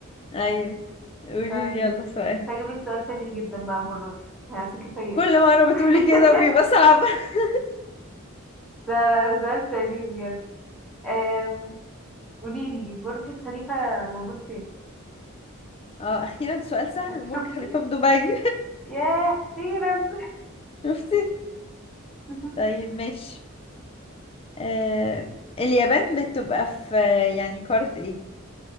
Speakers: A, on the left; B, in the centre.
A: ايوه قولي
B: طيب
A: لي يلا سؤال
B: انت هجيب لك سؤال تافه جدا بقى المرة دي هثقي فيا
A: كل مرة بتقولي
B: <laughs>
A: كده وبيبقى صعب <laughs>
B: لا لا ده سؤال تافه بجد آم، قولي لي برج الخليفة موجود فين؟
A: اه اخيرا سؤال سهل
B: <laughs> شفتي؟
A: برج خليفة في دبي
B: ياه أخيرا
A: <laughs> شفتي
B: <laughs>
A: طيب ماشي آه اليابان بتبقى في يعني قارة ايه